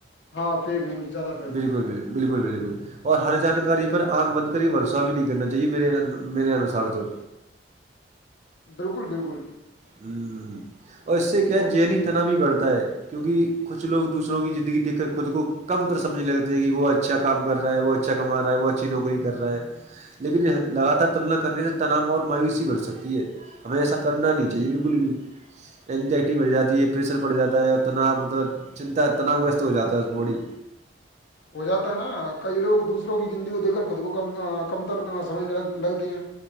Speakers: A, on the left; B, on the right.
A: ہاں فیک نیوز زیادہ پھیلتی
B: بالکل
A: ہیں
B: بالکل بالکل بالکل اور ہر جانکاری پر آنکھ بند کر بھروسہ بھی نہیں کرنا چاہیے میرے میرے انوسار تو
A: بالکل بالکل
B: اور اس سے کیا
A: ہو
B: ہے جذینی تنا بھی بڑھتا ہے کیونکہ کچھ لوگ دوسروں کی زندگی دیکھ کر خود کو کم تر سمجھنے لگتے کہ وہ اچھا کام کر رہا ہے وہ اچھا کما رہا ہے وہ اچھی نوکری کر رہا ہے لیکن لگاتار تلنا کرنے سے تناام اور مایوسی بڑھ سکتی ہے ہمیں ایسا کرنا نہیں بالکل بھی انگزائٹی بڑ جاتی ہے پریشر پڑ جاتا ہے تنا مطلب چنتا تنا و گرست ہو جاتا ہے باڈی
A: ہو جاتا ہے نا کئی لوگ دوسروں کی زندگی کو دیکھ کر خود کو کم کم تر سمجھنے لگ لگتے ہیں